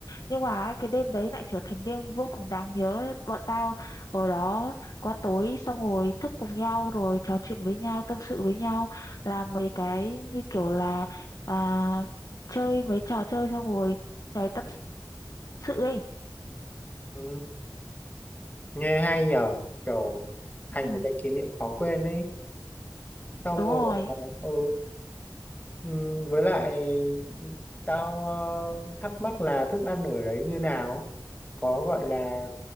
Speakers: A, on the left; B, on the left.
A: Nhưng mà ấy, cái đêm đấy lại trở thành đêm vô cùng đáng nhớ ấy. Bọn tao ở đó qua tối xong rồi thức cùng nhau Rồi trò chuyện với nhau tâm sự với nhau Làm mấy cái như kiểu là à, Chơi mấy trò chơi xong rồi Cái tâm sự ấy
B: Ừ. nghe hay nhờ kiểu thành
A: Ừ
B: một cái kỷ niệm khó quên ấy xong
A: đúng
B: rồi
A: rồi
B: ừ, ừ với lại tao ờ, thắc mắc là thức ăn ở đấy như nào có gọi là